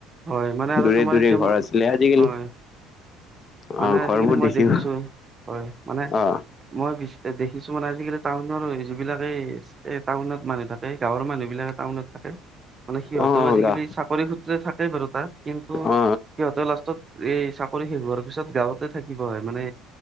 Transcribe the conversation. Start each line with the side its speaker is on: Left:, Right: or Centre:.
Right: হয় মানে আৰু
Left: দূৰে
Right: তোমাৰ
Left: দূৰে
Right: এতিয়া
Left: ঘৰ
Right: মই
Left: আছিলে আজিকালি।
Right: হয় মানে
Left: অ
Right: আজিকালি
Left: ঘৰবোৰ
Right: মই
Left: দেখিও
Right: দেখিছো হয় মানে
Left: অ
Right: মই দেখিছো মানে আজিকালি টাউনৰ যিবিলাকে এ টাউনত মানুহ থাকে, গাঁৱৰ মানুহ বিলাকে টাউনত থাকে মানে সিহত
Left: অ
Right: আজিকালি
Left: গা
Right: চাকৰি সূত্ৰে থাকে বাৰু তাক কিন্তু
Left: অ
Right: সিহঁতৰ লাষ্টত এই চা ঘৰ পিছত গাঁৱতে থাকিব হয় মানে